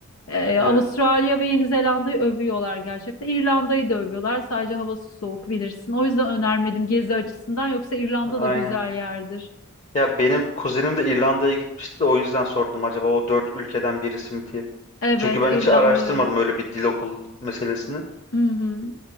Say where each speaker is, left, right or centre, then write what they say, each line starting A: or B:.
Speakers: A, on the left; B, on the left.
A: Ee, Avustralya
B: Evet.
A: ve Yeni Zelanda'yı övüyorlar gerçekten. İrlanda'yı da övüyorlar. Sadece havası soğuk bilirsin. O yüzden önermedim gezi açısından. Yoksa İrlanda
B: Aynen.
A: da güzel yerdir.
B: Ya benim kuzenim de İrlanda'ya gitmişti de o yüzden sordum acaba o dört ülkeden birisi mi diye.
A: Evet,
B: Çünkü ben
A: İrlanda
B: hiç araştırmadım
A: öyle.
B: öyle bir dil okulu meselesini.
A: Hı hı.